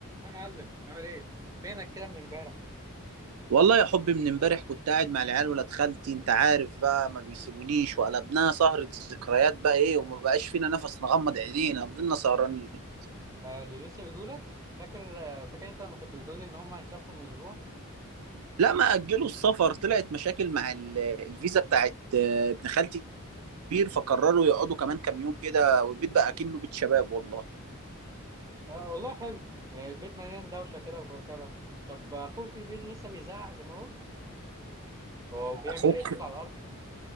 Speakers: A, on the right (about 15°); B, on the right (about 85°).
A: يا معلم عامل ايه؟ فينك كده من امبارح؟
B: والله يا حبي من امبارح كنت قاعد مع العيال ولاد خالتي انت عارف بقى ما بيسيبونيش وقلبناها سهرة ذكريات بقى ايه وما بقاش فينا نفس نغمض عينينا فضلنا سهرانين
A: آه دول لسه بيجوا لك؟ فاكر آه فاكر انت لما كنت بتقول لي ان هم هيسافروا من اسبوع؟
B: لا ما اجلوا السفر طلعت مشاكل مع ال- الفيزا بتاعت آه، ابن خالتي كبير فقرروا يقعدوا كمان كام يوم كده والبيت بقى كأنه بيت شباب والله
A: آه والله حلو آه البيت مليان دوشه كده وكركبه طب اخوك الكبير لسه بيزعق زي ما هو؟ هو بيعمل
B: اخوك
A: اي صوت على الارض كده؟